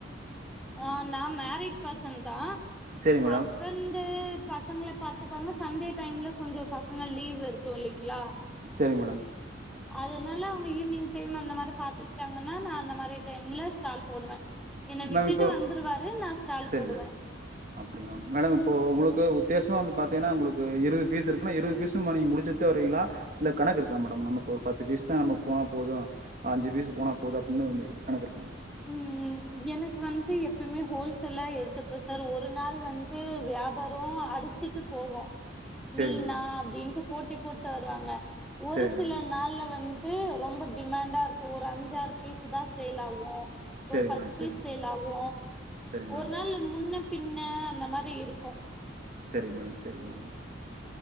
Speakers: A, in the centre; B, on the right (about 40°).
A: ஆ நா மேரிட் பர்சன்தா
B: சரி மேடம்
A: ஹஸ்பண்டு பசங்கள பாத்துப்பாங்க சண்டே டைம்ல கொஞ்ச பசங்க லீவ் இருக்கும் இல்லைங்களா
B: செரி மேடம்
A: அதனால அவங்க ஈவினிங் டைம் அந்த மாரி பாத்துக்கிட்டாங்கன்னா நான் அந்த மாரி டைம்ல ஸ்டால் போடுவன் என்ன விட்
B: மேம்
A: டுட்டு
B: இப்போ
A: வந்துருவாரு நா ஸ்டால்
B: சரிங்க
A: போடுவன்
B: அப்டிங்களா மேடம் இப்போ உங்களுக்கு உத்தியேசம் வந்து பாத்திங்கன்னா உங்களுக்கு இருவது பீஸ் இருக்குன்னா இருவது பீஸும் அன்னிக்கு முடிச்சிட்டுதா வருவீங்களா இல்ல கணக்கு இருக்கா மேடம் நமக்கு ஒரு பத்து பீஸ் தான் நமக்கு போனா போதும் அஞ்சி பீஸ் போனா போது அப்டின்னு வந்து கணக்கு இருக்
A: ம் எனக்கு வந்து எப் எப்பமே ஹோல்சேல்லா எடுத்துப்ப சார் ஒரு நாள் வந்து வியாபாரம் அடிச்சிட்டு போகும்
B: சேரி
A: நீ
B: மேடம்
A: நா அப்டின்ட்டு போட்டி போட் டு வருவாங்க ஒரு
B: சேரி
A: சில
B: மேடம்
A: நாள்ல வந்து டு ரொம்ப டிமாண்டா இருக்கு ஒரு அஞ்சாறு பீஸுதா சேல் ஆவும்
B: சேரி
A: ஒரு பத்து
B: மேடம்
A: பேர்
B: சேரி
A: சேல் ஆகு
B: சேரி மேடம்
A: ஒரு நாளு முன்ன பின்ன அந்த மாரி இருக்கும்
B: செரி மேடம் செரி மேடம்